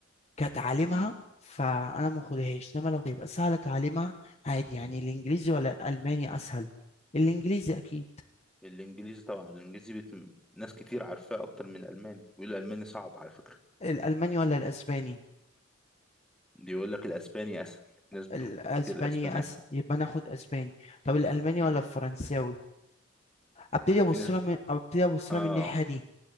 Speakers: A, on the left; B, in the centre.
A: كتعليمها
B: امم
A: فانا ما اخدهاش انما لو تبقى سهلة تعليمها عادي يعني الانجليزي ولا الالماني اسهل الانجليزي اكيد
B: الإنجليزي طبعا الإنجليزي بيت... ناس كتير عارفاه أكتر من الألماني بيقولوا الألماني صعب على فكرة
A: الألماني ولا الأسباني
B: بيقول لك الأسباني أسهل في ناس بتقول
A: الأسباني
B: كتير الأسباني
A: أس...
B: أسهل
A: يبقى أنا آخد أسباني طب الألماني
B: مم.
A: ولا الفرنساوي أبتدي أبص
B: في ناس
A: لها
B: بت...
A: من أو أبتدي أبص
B: آه
A: لها من الناحية دي